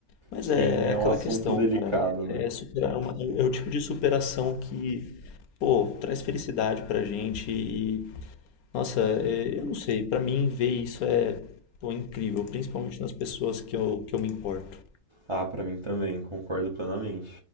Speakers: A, on the left; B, on the right.
A: Mas
B: Sim,
A: é
B: é
A: é aquela
B: um assunto
A: questão,
B: delicado,
A: cara.
B: né?
A: É, superar é uma- é o tipo de superação que, pô, traz felicidade pra gente. E, nossa, é, eu não sei. Pra mim, ver isso é, pô, incrível, principalmente nas pessoas que eu, que eu me importo.
B: Ah, pra mim também, concordo plenamente.